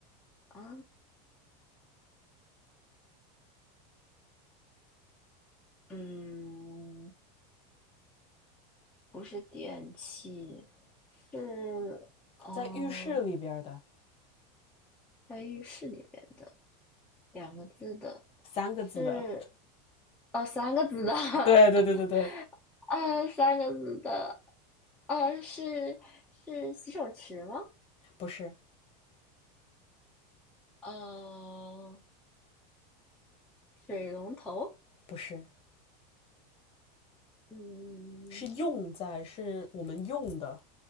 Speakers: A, in the centre; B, on the left.
A: 啊，嗯，不是电器，是哦，
B: 在浴室里边的
A: 在浴室里面的两个字的，
B: 三个字的，
A: 是哦，三个字的，<laughs>
B: 对对对对对，
A: 啊，三个字的，啊，是是洗手池吗？
B: 不是，
A: 呃，水龙头，
B: 不是，
A: 嗯，
B: 是用在，是我们用的，